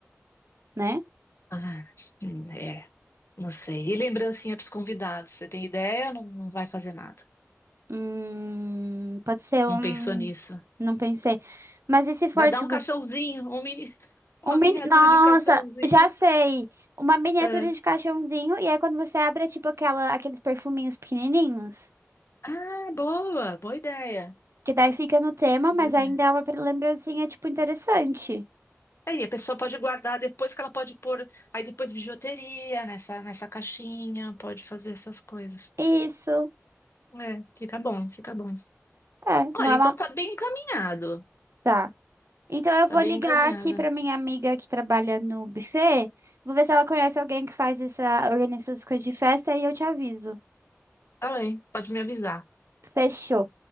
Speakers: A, on the right; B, on the left.
A: né?
B: Ah, hum, é, não sei. E lembrancinha pros convidados, você tem ideia? Não, não vai fazer nada.
A: Hum, pode ser
B: Não
A: um.
B: pensou nisso.
A: Não pensei. Mas e se for,
B: Vai dar
A: tipo,
B: um caixãozinho, um mini... <laughs> uma
A: um mini...
B: miniatura
A: Nossa,
B: de um caixãozinho.
A: já sei. Uma miniatura
B: É.
A: de caixãozinho. E aí, quando você abre, é tipo aquela, aqueles perfuminhos pequenininhos.
B: Ah, boa, boa ideia.
A: Que daí fica no tema,
B: Boa
A: mas
B: ideia.
A: ainda é uma pre- lembrancinha, tipo, interessante.
B: Aí a pessoa pode guardar depois que ela pode pôr, aí depois bijuteria nessa, nessa caixinha, pode fazer essas coisas.
A: Isso.
B: É, fica bom, fica bom.
A: É,
B: Olha,
A: não é
B: então
A: uma...
B: tá bem encaminhado.
A: Tá. Então, eu
B: Tá
A: vou
B: bem
A: ligar
B: encaminhado.
A: aqui pra minha amiga que trabalha no buffet. Vou ver se ela conhece alguém que faz essa... Organiza essas coisas de festa e eu te aviso.
B: Tá bem, pode me avisar.
A: Fechou.